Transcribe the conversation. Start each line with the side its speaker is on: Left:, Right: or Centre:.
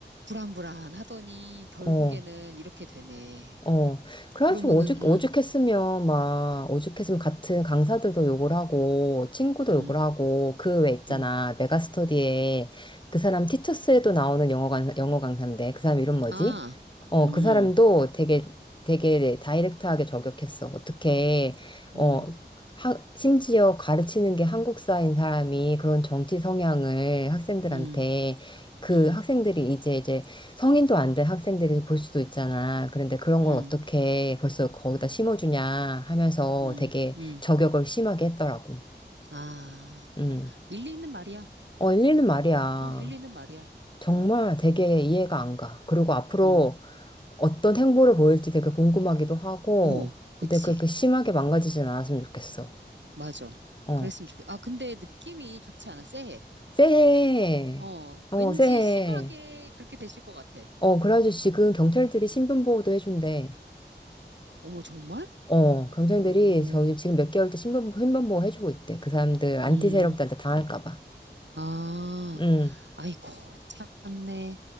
Right: 불안불안 하더니, 결국에는
Left: 어.
Right: 이렇게 되네.
Left: 어, 그래가지고
Right: 그러면은,
Left: 오죽,
Right: 음.
Left: 오죽했으면 막, 오죽했으면 같은 강사들도 욕을 하고, 친구도
Right: 음,
Left: 욕을 하고, 그 외 있잖아,
Right: 음.
Left: 메가스터디에 그 사람 티투스에도 나오는 영어 강사, 영어 강사인데, 그 사람 이름 뭐지?
Right: 아,
Left: 어,
Right: 음,
Left: 그 사람도 되게, 되게 다이렉트하게 저격했어. 어떻게, 어,
Right: 음,
Left: 하, 심지어 가르치는 게 한국사인 사람이 그런 정치 성향을 학생들한테
Right: 음,
Left: 그
Right: 음,
Left: 학생들이 이제 이제 성인도 안 된 학생들이 볼 수도 있잖아. 그런데 그런
Right: 음,
Left: 걸 어떻게 벌써 거기다 심어주냐 하면서
Right: 음,
Left: 되게
Right: 음.
Left: 저격을 심하게 했더라고.
Right: 아,
Left: 음.
Right: 일리 있는 말이야.
Left: 어, 일리는 말이야.
Right: 어, 일리 있는 말이야.
Left: 정말
Right: 어,
Left: 되게 이해가 안 가. 그리고 앞으로
Right: 음,
Left: 어떤 행보를 보일지 되게 궁금하기도 하고,
Right: 어, 그치.
Left: 근데 그렇게 심하게 망가지진 않았으면 좋겠어.
Right: 맞아.
Left: 어.
Right: 그랬으면 좋겠, 아, 근데 느낌이 좋지 않아. 쎄해.
Left: 새해.
Right: 어,
Left: 어,
Right: 왠지
Left: 새해.
Right: 심하게 그렇게 되실 것 같아.
Left: 어, 그래가지고 지금 경찰들이 신변보호도 해준대.
Right: 어머, 정말?
Left: 어, 경쟁들이
Right: 오,
Left: 저희 지금 몇 개월째 신변, 신변보호 해주고 있대. 그 사람들 안티
Right: 음,
Left: 세력들한테 당할까 봐.
Right: 아,
Left: 음.
Right: 아이고, 참네.